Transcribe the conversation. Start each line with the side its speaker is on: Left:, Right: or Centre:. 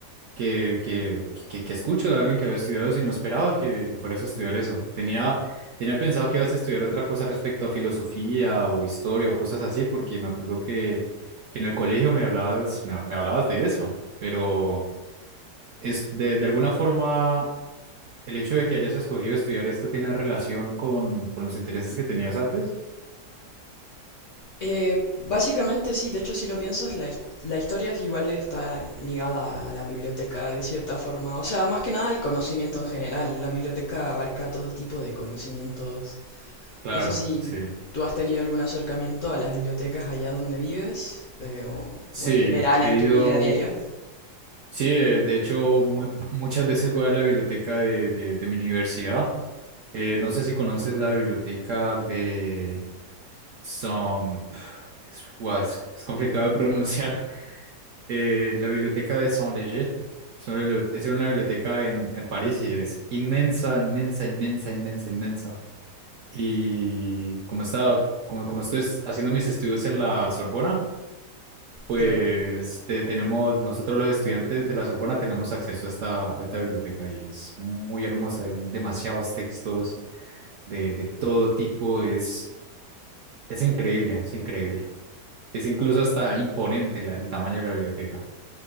Right: que, que, que, que- que escucho a alguien que había estudiado eso y no esperaba que, que fueras a estudiar eso. Tenía, tenía pensado que ibas a estudiar otra cosa respecto a filosofía o historia o cosas así, porque me acuerdo que, que en el colegio me hablabas, me, ha- me hablabas de eso, pero es de, de alguna forma el hecho de que hayas escogido estudiar esto tiene relación con, con los intereses que tenías antes.
Left: Eh, básicamente sí, de hecho si lo piensas, la, his- la historia es igual está ligada a la biblioteca de cierta forma, o sea, más que nada el conocimiento en general, la biblioteca abarca todo tipo de conocimientos.
Right: Claro,
Left: No sé si
Right: sí.
Left: tú has tenido algún acercamiento a las bibliotecas allá donde vives eh, o,
Right: Sí,
Left: o en general en
Right: he ido,
Left: tu vida diaria.
Right: sí, de, de hecho mu- muchas veces voy a la biblioteca de, de, de mi universidad. Eh, no sé si conoces la biblioteca de Saint, Es, guau, es- es complicado de pronunciar. <laughs> Eh, la biblioteca de Saint-Léger. Es una bibli- es una biblioteca en, en París y es inmensa, inmensa, inmensa, inmensa, inmensa. Y como estaba, como, como estoy haciendo mis estudios en la Sorbona, pues
Left: Claro.
Right: te- tenemos, nosotros los estudiantes de la Sorbona tenemos acceso a esta, a esta biblioteca y es muy hermosa, hay demasiados textos de, de todo tipo, es, es increíble, es increíble. Es incluso hasta imponente la- el tamaño de la biblioteca.